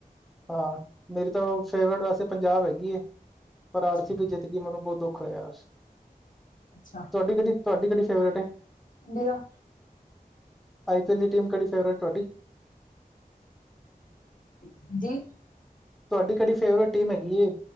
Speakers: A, in the centre; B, on the left.
A: ਹਾਂ, ਮੇਰੀ ਤਾਂ ਫੇਵਰੇਟ ਵੈਸੇ ਪੰਜਾਬ ਹੈਗੀ ਏ। ਪਰ ਆਰ
B: ਅੱਛਾ
A: ਸੀ ਬੀ ਜਿੱਤ <unintelligible> ਮੈਨੂੰ ਬੋਤ ਦੁੱਖ ਹਾਏਆ ਸ,
B: ਅੱਛਾ
A: ਤੁਆਡੀ ਕੇੜੀ ਤੁਆਡੀ ਕੇੜੀ ਫੇਵਰੇਟ ਐ?
B: ਇੰਡੀਆ।
A: ਆਈ ਪੀ ਐਲ ਦੀ ਟੀਮ ਕੇੜੀ ਫੇਵਰੇਟ ਤੁਆਡੀ?
B: ਹਾਂਜੀ।
A: ਤੁਆਡੀ ਕੇੜੀ ਫੇਵਰੇਟ ਟੀਮ ਹੈਗੀ ਏ?